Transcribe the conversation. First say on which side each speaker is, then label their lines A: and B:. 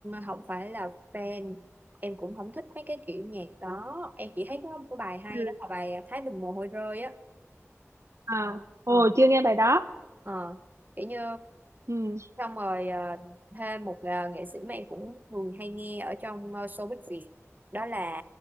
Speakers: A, on the right (about 35°); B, on the right (about 65°).
A: không phải là fan em cũng không thích mấy cái kiểu nhạc đó em chỉ thấy có một cái bài hay
B: Ừ.
A: đó là bài Thái Bình Mồ Hôi Rơi á
B: à, ồ
A: ờ
B: chưa nghe bài đó
A: ờ kiểu như
B: ừ,
A: xong rồi ờ, thêm một ờ, nghệ sĩ mà em cũng thường hay nghe ở trong uh, showbiz Việt đó là